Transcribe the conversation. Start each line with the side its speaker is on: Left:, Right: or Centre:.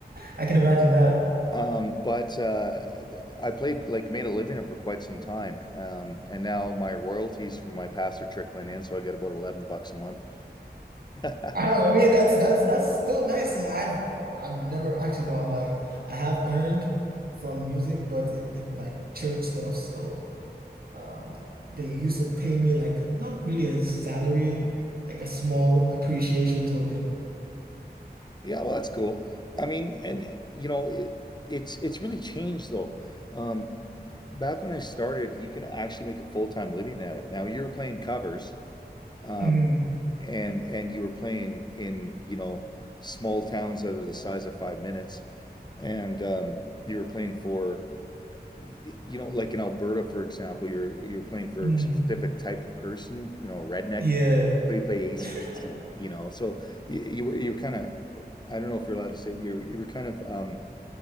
Right: I can imagine that.
Left: Um, But uh, I played, like, made a living for quite some time. Um, and now my royalties from my past are trickling in, so I get about 11 bucks a month. <laughs>
Right: I don't, I mean that's that's that's still nice. Yeah, I've I've never actually no, I'm lying. I have earned from music, but in like church stuff, so Um, they used to pay me like a, not really a salary, like a small appreciation token.
Left: Yeah, well, that's cool. I mean, and you know, it, it's it's really changed though. Um, back when I started, you could actually make a full-time living at it. Now you were playing covers, um,
Right: Mm,
Left: and and you were playing in, you know, small towns that are the size of five minutes, and um, you were playing for you know, like in Alberta, for example, you're you're playing for
Right: mm,
Left: a specific type of person, you know, a redneck.
Right: yeah.
Left: So you play ACDC,
Right: <laughs>
Left: you know. So you, you were you were kind of I don't know if you're allowed to say that you're you were kind of um